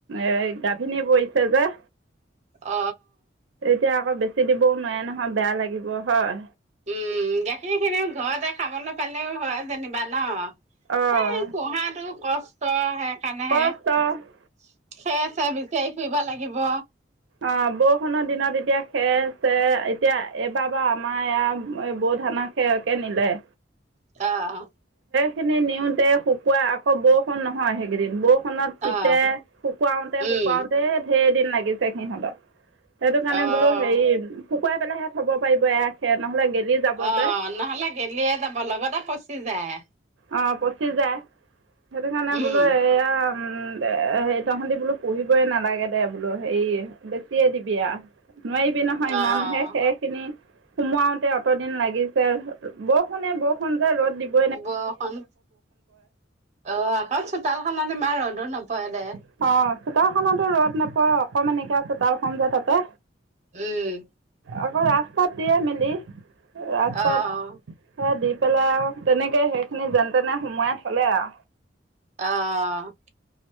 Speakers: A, on the right; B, on the right.
A: এ গাভিনী পৰিছে যে
B: অ
A: এতিয়া আকৌ বেছি দিবও নোৱাৰে নহয় বেয়া লাগিব হয়
B: উম গাখীৰ খিনিও ঘৰতে খাবলৈ পালেও হয় যেনিবা ন
A: অঁ
B: সেই পুহাতটো কষ্ট তই হে হেনেহে
A: কষ্ট
B: সেই আছে বিচ আহি ফুৰিব লাগে আহিব
A: অ বৰষুণৰ দিনত এতিয়া খেৰ চেৰ এতিয়া এইবাবা আমাৰ বৌ ধানা সেয়কে নিলে
B: আহ
A: খিনি নিওঁতে শুকাই আকৌ বৰষুণ নহয় সেইকেইদিন বৰষুনত তিতে
B: অ',
A: শুকুৱাওতে
B: উম,
A: শুকুৱাওতে ধেৰ দিন লাগছে তে সিহঁতৰ সেইটো কাৰণে
B: অ'।
A: বোলো হেৰি শুকুৱাই পেলাইহে থব পাৰিব এশে নহ'লে গেলি যাব
B: অ
A: যে
B: নহ'লে গেলিয়ে যাব লগতে পচি যায়
A: অ পঁচি যাই সেইটো কাৰণে
B: উম,
A: বোলো এয়া উম সেই তহতে বোলো পঢ়িবই নালাগে দে বোলো হেই দিবি আ নোৱাৰিবি নহয় ইমান
B: অ'।
A: সে সেই খিনি সোমুৱাওতে অতদিন লাগিছে বৰষুণে বৰষুণ যে ৰ'দ দিব
B: বৰষুণ আহ আকৌ চোতাল খন মা ৰ'দ নপয় দে
A: অ' চোতালখনতো ৰ'দ নোপোৱা অকণমানিকে চোতালখন যে তাতে
B: উম
A: আকৌ ৰাস্তাত দিয়ে মেলি ৰাস্তাতহে
B: অ',
A: দ্বীপ পেলাই আও তেনেকে সেইখিনি যেন-তেনে সোমোৱাই থ'লে আও।
B: অঁ অঁ